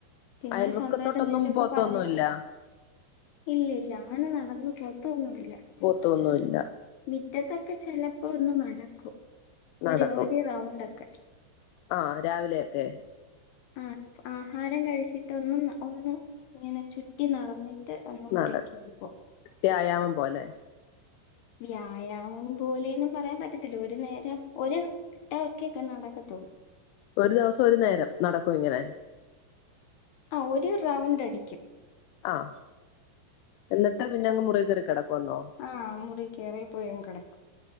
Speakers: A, on the left; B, on the left.
A: പിന്നെ
B: അയൽവക്കത്തോട്ടൊന്നും
A: സ്വന്തയിട്ട് എന്തെലും ഒക്കെ
B: പോത്തൊന്നുല്ല
A: പറഞ്ഞോണ്ടേ ഇല്ല ഇല്ല അങ്ങനെ നടന്ന് പോകത്തൊന്നുല്ല
B: പോകത്തൊന്നുല്ല
A: മുറ്റത്തൊക്കെ ചെലപ്പോ ഒന്ന് നടക്കും
B: നടക്കും
A: ഒരു ഒര് റൗണ്ടൊക്കെ
B: ആഹ് രാവിലെയൊക്കെ
A: ആഹ് ആഹാരം കഴിച്ചിട്ടൊന്നും ഒന്ന് ഇങ്ങനെ ചുറ്റി നടന്നി ചെപ്പ അങ്ങ് മുറിയിൽ
B: നട
A: കയറിപോ
B: വ്യായാമം പോലെ
A: വ്യായാമം പോലെയെന്നും പറയാൻ പറ്റത്തില്ല ഒരു നേരം ഒരു ഏഹ് ഒക്കെ ഒക്കെ നടക്കത്തോള്ളു
B: ഒരു ദിവസം ഒരു നേരം നടക്കും ഇങ്ങനെ
A: ആഹ് ഒരു റൗണ്ട് അടിക്കും
B: ആഹ് എന്നിട്ട്
A: അത്രേ
B: പിന്നെ അങ്ങ്
A: ഉള്ളൂ
B: മുറി കേറി കിടക്കുമെന്നോ
A: ആ മുറി കയറി പോയി അങ്ങ് കിടക്കും